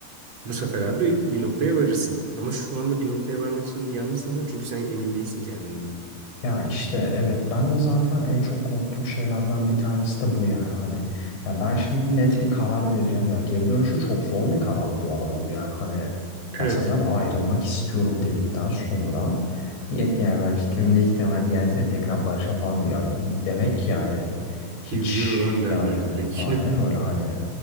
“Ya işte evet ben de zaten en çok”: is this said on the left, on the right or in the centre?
Left